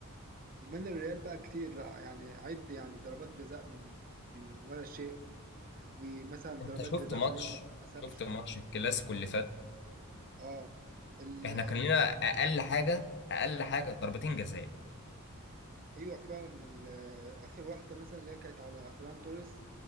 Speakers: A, on the right; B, on the left.
A: ومن الريال بقى كتير يعني عد يعني ضربات جزاء من ال- ولا شيء ومثلا
B: انت
A: ضربات
B: شفت
A: جزاء
B: ماتش
A: عليهم ما بتتحسبش
B: شفت ماتش الكلاسيكو اللي فات
A: اه ال-
B: احنا كان لنا اقل حاجة اقل حاجة ضربتين جزاء
A: ايوه فعلا ال- اخر واحده مثلا اللي هي كانت على فران توريس